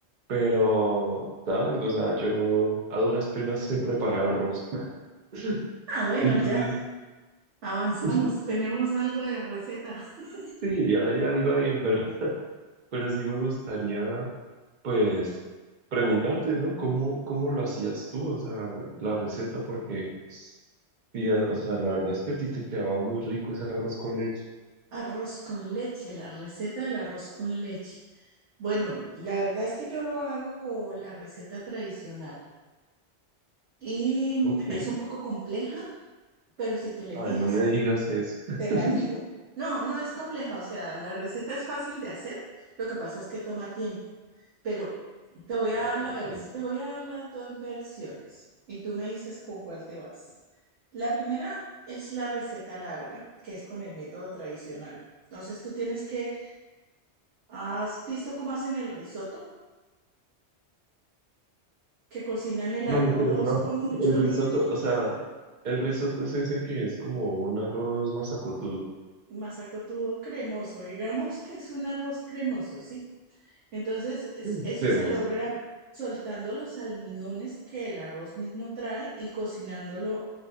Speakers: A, on the right (about 50°); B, on the right (about 85°).
A: pero, ¿sabes? O sea, yo a duras penas sé preparar arroz. <laughs>
B: Ah, bueno,
A: Entonces,
B: ya avanzamos.
A: <laughs>
B: Tenemos algo de receta. <laughs>
A: sí, hay algo ahí, pero, pero sí me gustaría pues preguntarte, ¿no? ¿Cómo, cómo lo hacías tú? O sea, la receta, porque, sí, a- o sea, la verdad es que a ti te quedaba muy rico ese arroz con leche.
B: Arroz con leche, la receta del arroz con leche. Bueno, la verdad es que yo lo hago con la receta tradicional y
A: Ok.
B: es un poco compleja, pero si te le
A: Ay,
B: mides,
A: no me digas eso. <laughs>
B: Te la digo. No, no es compleja, o sea, la receta es fácil de hacer, lo que pasa es que toma tiempo, pero te voy
A: Ah,
B: a dar la
A: ok.
B: vers-
A: Eh,
B: te voy a dar las dos versiones y tú me dices con cuál te vas. La primera es la receta larga, que es con el método tradicional. Entonces tú tienes que, ¿has visto cómo hacen el risotto? Que cocinan el
A: No
B: arroz
A: mentiras, no.
B: con mucho
A: El risotto,
B: líquido,
A: o sea, el risotto es ese que es como un arroz masacotudo.
B: masacotudo cremoso, digamos que es un arroz cremoso, ¿sí? Entonces, es-
A: Hacemos.
B: eso se logra soltando los almidones que el arroz mismo trae y cocinándolo